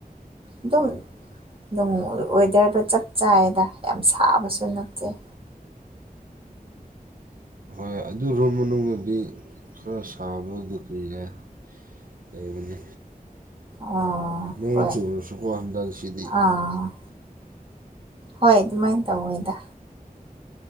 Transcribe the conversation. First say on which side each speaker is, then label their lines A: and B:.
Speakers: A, on the right; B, on the right.
A: ꯑꯗꯨꯝ ꯅꯣꯡ ꯋꯦꯗꯔꯗꯣ ꯆꯞ ꯆꯥꯏꯗ ꯌꯥꯝ ꯁꯥꯕꯁꯨ ꯅꯞꯆꯩ
B: ꯍꯣꯏ ꯑꯗꯨ ꯃꯅꯨꯡꯗꯗꯤ ꯈꯔ ꯁꯥꯕ ꯑꯗꯨ ꯀꯨꯏꯔꯦ ꯂꯩꯕꯅꯤ
A: ꯑꯣ
B: ꯅꯣꯡ
A: ꯍꯣꯏ
B: ꯆꯨꯨꯔꯁꯨꯀꯣ ꯍꯟꯗꯛꯁꯤꯗꯤ
A: ꯑꯥ ꯍꯣꯏ ꯑꯗꯨꯃꯥꯏꯅ ꯇꯧꯋꯦꯗ